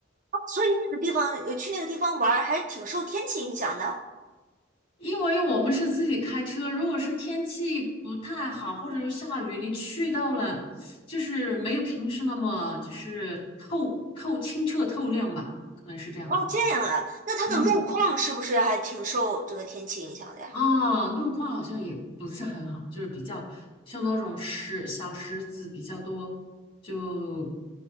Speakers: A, on the right (about 40°); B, on the left (about 25°).
A: 哦所以那个地方，呃，去那个地方玩儿还挺受天气影响的。
B: 因为我们是自己开车，如果是天气不太好，或者是下雨，你去到了，就是没有平时那么就是透透清澈透亮吧，可能是这样子。
A: 哦，这样啊，那它的路况是不是还挺受这个天气影响的呀
B: 嗯，啊，路况好像也不是很好，就是比较像那种石小石子比较多，就